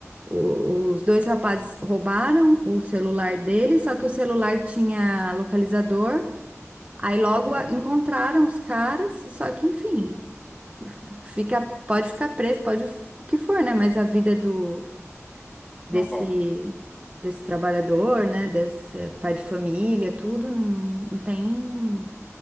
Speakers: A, on the right (about 25°); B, in the centre.
A: o- os dois rapazes roubaram o celular dele, só que o celular tinha localizador. Aí logo
B: Uhum.
A: a- encontraram os caras, só que enfim, fica, pode ficar preso, pode f- o que for, né? Mas a vida do desse
B: Não volta.
A: desse trabalhador, né?
B: Uhum.
A: Desse pai de família, tudo não, não tem